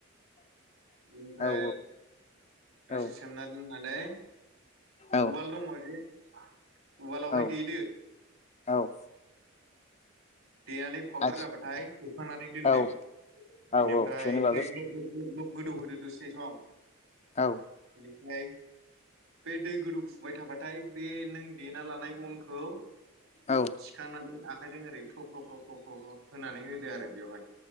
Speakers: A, on the right; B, on the left.
A: बेनिफ्राय
B: औ
A: दसे
B: औ
A: सोमनानै दोननानै
B: औ
A: उवाल दङ जे <inaudible> उवालावहाय
B: औ
A: देदो
B: औ
A: देनानै पावउदार
B: आथि
A: जाबाथाय हुखांनानै दोनदो
B: औ औ
A: बेनिफ्राय
B: औ बेनि बागै
A: दै ग्लब ग्लब खौ गोदौ होदो दसे सम
B: औ
A: ओमफ्राय बे दै गोदौ फुबाय थाबाथाय बे नों देना लानाय अनखौ
B: औ
A: सिखांनानै अखा आखाजों ओरै फ्र फ्र फ्र फ्र होनानै होदो आरो बेवहाय